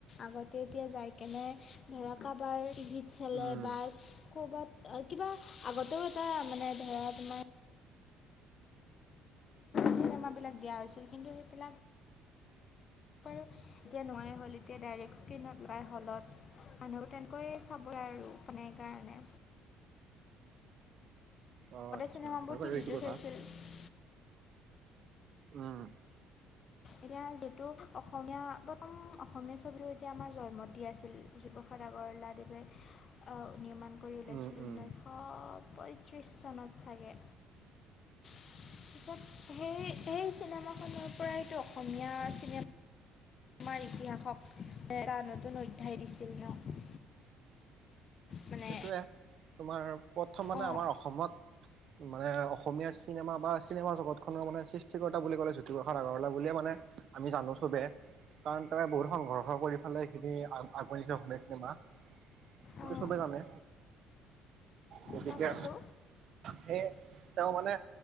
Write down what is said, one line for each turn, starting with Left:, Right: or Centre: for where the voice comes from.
Left: আগতে এতিয়া যাইকেনে ধৰক কাবাৰ গি চেলে
Right: উম
Left: বাৰ ক'বাত কিবা আগতেও এটা মানে ধৰা তোমাৰ চিনেমাবিলাক দিয়া হৈছিল কিন্তু সেইবিলাক
Right: <inaudible>
Left: বাৰু এতিয়া নোহোৱাই হ'ল এতিয়া ডাইৰেক্ট স্ক্ৰীণত ওলাই হলত। মানুহো তেনকৈ চাবই আৰু মানে এইকাৰণে।
Right: অ', আচ্ছা
Left: চিনেমাবোৰ
Right: হয় বাৰু
Left: টিভিতো
Right: এইটো কথা।
Left: চাইছিল
Right: উম
Left: এতিয়া যিহেতু অসমীয়া প্ৰথম অসমীয়া ছবি <unintelligible> জয়মতী আছিল দুইবছৰ আগত। বৰ্লাদেৱে অহ নিৰ্মাণ কৰি উলায়াইছিল
Right: উম উম
Left: ঊনৈশ পঁয়ত্ৰিছ চনত চাগে। <inaudible> সেই-সেই চিনেমাখনৰ পৰাইতো অসমীয়া চিনেমা তোমাৰ ইতিহাসক এটা নতুন অধ্যায় দিছিল ন'
Right: <inaudible>
Left: মানে
Right: সেইটোৱে তোমাৰ প্ৰথম মানে
Left: অঁ
Right: আমাৰ অসমত মানে অসমীয়া চিনেমা বা চিনেমা জগতখনৰ মানে সৃষ্টিকৰ্তা বুলি ক'লে জ্যোতিপ্ৰসাদ আগৰৱাক বুলিয়ে মানে আমি জানো সোধে কাৰণ তেওঁয়ে বহুত সংঘৰ্ষ কৰি ফালেই সেইখিনি আগোৱাই নিছে অসমীয়া চিনেমা সেইটো
Left: অঁ
Right: চবে জানে গতিকে
Left: তাকেতো
Right: সেয়ে তেওঁ মানে